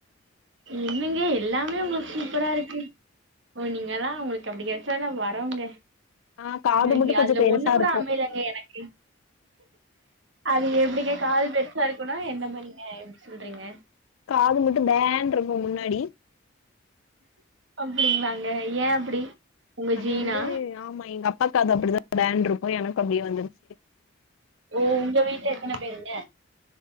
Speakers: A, on the right (about 65°); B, on the left (about 80°).
A: என்னங்க எல்லாமே உங்களுக் சூப்பராருக்கு ஓ நீங்களா உங்குளுக் அப்டி கெடச்சதுலா வரோங்க
B: ஆ காது
A: எனக்கு
B: மட்டு கொஞ்சோ
A: அதுல
B: பெருசா
A: ஒன்னு கூட
B: இருக்கு
A: அமையலேங்க எனக்கு அது எப்டிங்க கால் பெருசா இருக்குனா என்ன மாரிங்க எப்டி சொல்றீங்க
B: காது மட்டு பே ன்றுக்கு முன்னாடி
A: அப்டிங்ளாங்க ஏ அப்டி உங்க
B: அது
A: ஜீனா
B: வந்து ஆமா எங்க அப்பா காது அப்டிதா பே ன்றுக்கு எனக்கு அப்டியே வந்துருச்சு
A: ஓ உங்க வீட்ல எத்தன பேருங்க